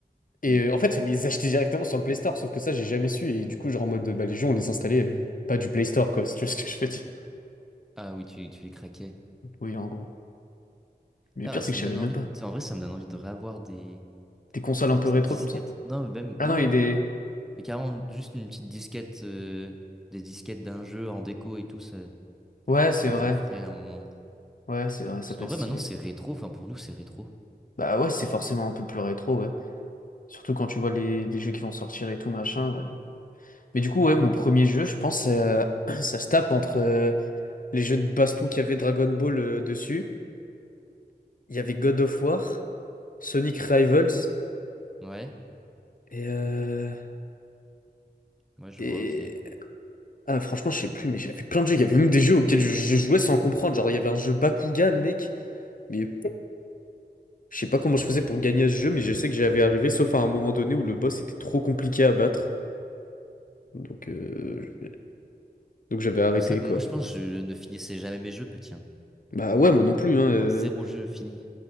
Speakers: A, on the left; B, in the centre.
A: Et
B: Hmm.
A: euh, en fait, fallait les <laughs> acheter directement sur le Play Store. Sauf que ça, j'ai jamais su. Et du coup, genre, en mode, bah, les jeux, on les installait euh, pas du Play Store, quoi, si tu vois ce que je veux dire.
B: Ah oui, tu, tu les craquais.
A: Oui, en gros. Mais le
B: Ah,
A: pire,
B: bah,
A: c'est
B: ça
A: que je
B: me
A: savais
B: donne
A: même
B: envie,
A: pas.
B: de- en vrai, ça me donne envie de réavoir des,
A: Des consoles
B: des
A: un peu
B: petites
A: rétro
B: disquettes.
A: comme ça?
B: Non, mais même,
A: Ah non,
B: ouais.
A: il y a des.
B: Mais carrément, juste une petite disquette, euh, des disquettes d'un jeu en déco et tout, ça,
A: Ouais, c'est
B: je pense
A: vrai.
B: que je le ferai à un moment.
A: Ouais, c'est vrai, ça
B: Parce
A: peut
B: qu'en
A: être
B: vrai,
A: stylé.
B: maintenant, c'est rétro, enfin, pour nous, c'est rétro.
A: Bah ouais, c'est forcément un peu plus rétro, ouais. Surtout quand tu vois les, les jeux qui vont sortir et tout, machin. euh. Mais du coup, ouais, mon premier jeu, je pense, euh, <clears throat> ça se tape entre. les jeux de baston qu'il y avait Dragon Ball euh, dessus. Il y avait God of War, Sonic Rivals
B: Ouais,
A: et, euh,
B: ouais, je
A: et...
B: vois, ok.
A: Ah, franchement, je sais plus, mais j'avais plein de jeux. Il y avait même des jeux auxquels je, je jouais sans comprendre. Genre, il y avait un jeu Bakugan, mec. Mais je sais pas comment je faisais pour gagner à ce jeu, mais je sais que j'avais arrivé, sauf à un moment donné où le boss était trop compliqué à battre. Donc, euh, je- donc j'avais arrêté,
B: Mais c'est vrai,
A: quoi.
B: moi, je pense que je ne finissais jamais mes jeux, petit. hein.
A: Bah ouais, moi non plus, hein. euh.
B: Avoir zéro jeu fini.